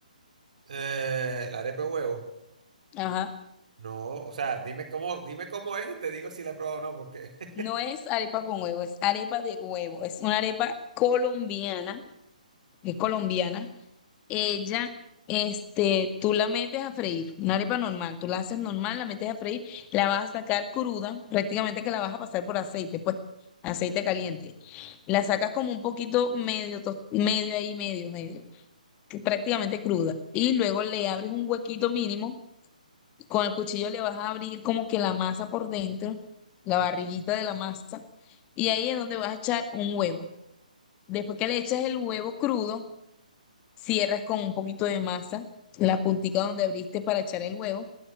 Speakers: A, on the right; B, on the left.
A: Eh, la arepa de huevo.
B: Ajá.
A: No, o sea, dime cómo, dime cómo es y te digo si la he probado o no, porque <laughs>
B: No es arepa con huevo, es arepa de huevo. Es una arepa colombiana, es colombiana. Ella, este, tú la metes a freír, una arepa normal. Tú la haces normal, la metes a freír, la vas a sacar cruda, prácticamente que la vas a pasar por aceite, pues, aceite caliente. La sacas como un poquito medio, tos- medio ahí, medio, medio, que prácticamente cruda. Y luego le abres un huequito mínimo Con el cuchillo le vas a abrir como que la masa por dentro, la
A: No,
B: barriguita de la masa, y ahí es donde vas a echar un huevo. Después que le echas el huevo crudo, cierras con un poquito de masa, la puntica donde abriste para echar el huevo,